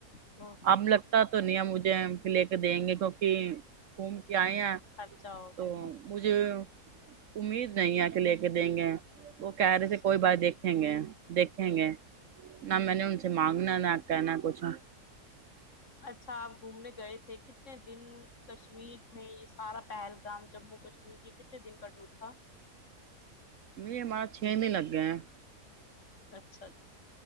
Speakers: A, on the left; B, on the right.
A: او ہو
B: اب لگتا تو نیا مجھے پھر لے کے دیں گے کیونکہ گھوم کے آئے ہیں
A: اچھا ہو
B: تو
A: گیا
B: مجھے امید نہیں ہے کہ لے کے دیں گے وہ کہہ رہے تھے کوئی بات دیکھ دیکھیں گے نہ میں نے ان سے مانگنا نہ کہنا کچھ
A: اچھا آپ گھومنے گئے تھے کتنے دن کشمیر میں یہ سارا پہلگام جموں کشمیر یہ کتنے دن کا ٹور تھا
B: یہ ہمارا چھ دن لگ گئے ہیں
A: اچھا جی